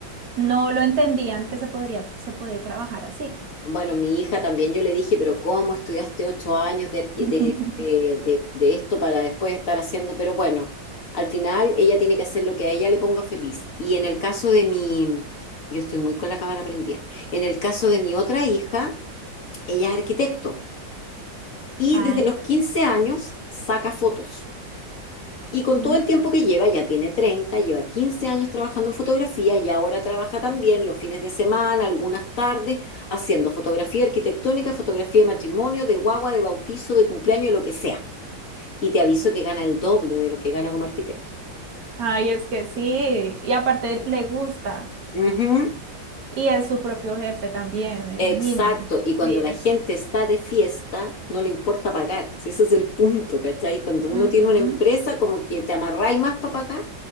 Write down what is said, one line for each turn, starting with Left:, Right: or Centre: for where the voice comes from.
Right: No lo entendían que se podría, se podía trabajar así.
Left: Bueno, mi hija también yo le dije, pero ¿cómo estudiaste ocho años de, arqui-
Right: <laughs>
Left: de- de- de- de esto para después estar haciendo? Pero bueno, al final ella tiene que hacer lo que a ella le ponga feliz. Y en el caso de mi, yo estoy muy con la cámara prendida, en el caso de mi otra hija, ella es arquitecto y
Right: Ay,
Left: desde los 15 años saca fotos. Y con
Right: Mm.
Left: todo el tiempo que lleva, ya tiene 30, lleva 15 años trabajando en fotografía y ahora trabaja también los fines de semana, algunas tardes, haciendo fotografía arquitectónica, fotografía de matrimonio, de guagua, de bautizo, de cumpleaños, de lo que sea. Y te aviso que gana el doble de lo que gana como arquitecto.
Right: ay, es que sí, y aparte le gusta.
Left: Ujú,
Right: Y es su propio jefe también, me imagino.
Left: Exacto. Y cuando
Right: Sí
Left: la
Right: es.
Left: gente está de fiesta, no le importa pagar. Si ese es el punto, ¿cachai? Cuando uno
Right: Ujú.
Left: tiene una empresa, como que te amarráis más para pagar.